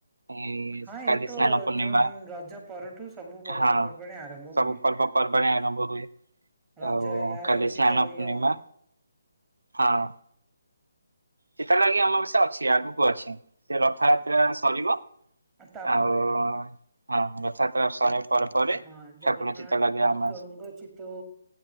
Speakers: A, on the right (about 70°); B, on the right (about 15°).
A: ଉଁ
B: ହଁ
A: କାଲି
B: ଏଇ ତ
A: ସ୍ନାନ ପୂର୍ଣ୍ଣିମା
B: ଜୁନ ରଜ ପରଠୁ ସବୁ ପର୍ବପର୍ବାଣି
A: ହଁ
B: ଆରମ୍ଭ
A: ସବୁ
B: ହୁଏ
A: ପର୍ବ ପର୍ବାଣି ଆରମ୍ଭ ହୁଏ
B: ରଜ
A: ଆଉ
B: ହେଲା
A: କାଲି
B: ତାପରେ ଚିତା
A: ସ୍ନାନ
B: ଲାଗି
A: ପୂର୍ଣ୍ଣିମା
B: ଆମ
A: ହଁ। ସେତେ ଲଗି ଆମର ସେ ଅଛି ଆଗକୁ ଅଛି ସେ ରଥଯାତ୍ରା ସରିବ
B: ତାପରେ
A: ଆଉ ହଁ ରଥାଯାତ୍ରା ସଣି ପରେ ପରେ
B: ହଁ ଜଗନ୍ନାଥ
A: ଠାକୁର ଚିତ ଲାଗି
B: ମହାପ୍ରଭୁଙ୍କ
A: ଅମବା
B: ଚିତଉ